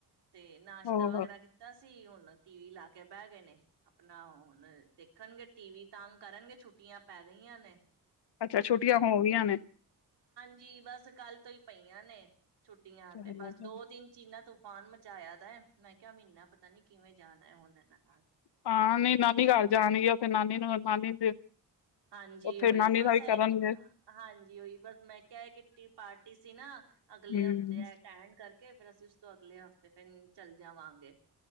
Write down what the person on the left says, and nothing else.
ਹੋਰ
ਅੱਛਾ ਛੁੱਟੀਆਂ ਹੋ ਗਈਆਂ ਨੇ।
ਚਲੋ
ਚਲੋ
ਹਾਂ ਨੀ ਨਾਨੀ ਘਰ ਜਾਣਗੇ ਉੱਥੇ ਨਾਨੀ ਨੂੰ ਨਾਨੀ ਦੇ
ਉੱਥੇ
ਨਾਨੀ
ਦਾ ਵੀ
ਕਰਨਗੇ
ਹਮ